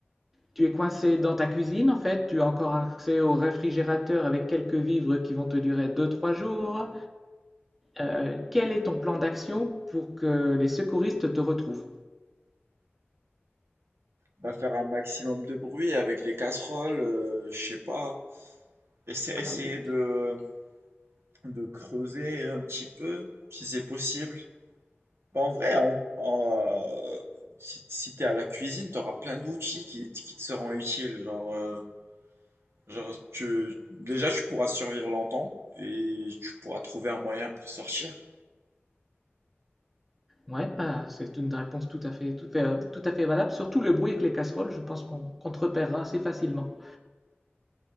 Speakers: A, in the centre; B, on the right.
A: Tu es coincé dans ta cuisine, en fait. Tu as encore accès au réfrigérateur avec quelques vivres qui vont te durer deux trois jours. Euh, quel est ton plan d'action pour que les secouristes te retrouvent?
B: Bah, faire un maximum de bruit avec les casseroles, euh, je sais pas. Et c'est
A: Ah
B: essayer
A: bah oui.
B: de, de creuser un petit peu, si c'est possible. Bah, en vrai, en, en, euh, si, si t'es à la cuisine, t'auras plein d'outils qui, qui te seront utiles. Genre, euh, genre tu- déjà, tu pourras survivre longtemps et tu pourras trouver un moyen pour sortir.
A: Ouais, bah, c'est une réponse tout à fait, tout, euh, tout à fait valable. Surtout le bruit avec les casseroles, je pense qu'on qu'on te repérera assez facilement.